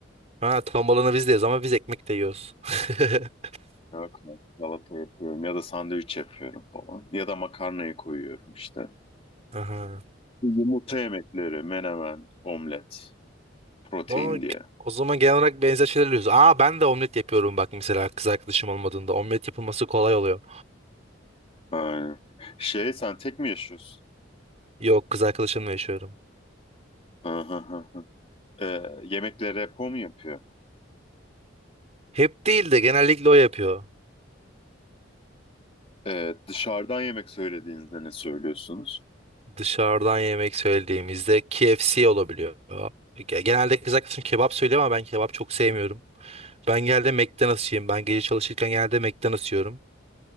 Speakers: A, on the right (about 35°); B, on the left (about 30°).
A: Ha, tam olanı bizdeyiz ama biz ekmek de yiyoruz. <laughs>
B: ya Salata yapıyorum ya da sandviç yapıyorum falan. Ya da makarnayı koyuyorum işte.
A: Aha.
B: Yumurta yemekleri, menemen, omlet, protein
A: O,
B: diye.
A: o zaman genel olarak benzer şeyler yapıyoruz. Aa ben de omlet yapıyorum bak mesela kız arkadaşım olmadığında. Omlet yapılması kolay oluyor.
B: Aynen. Şey sen tek mi yaşıyorsun?
A: Yok kız arkadaşımla yaşıyorum.
B: Aha, aha. Ee, yemeklere repo mu yapıyor?
A: Hep değil de genellikle o yapıyor.
B: Ee, dışarıdan yemek söylediğinizde ne söylüyorsunuz?
A: Dışarıdan yemek söylediğimizde KFC olabiliyor. Ge- Genelde kız arkadaşım kebap söylüyor ama ben kebap çok sevmiyorum. Ben geldi McDonald's yiyeyim. Ben gece çalışırken geldi McDonald's yiyorum.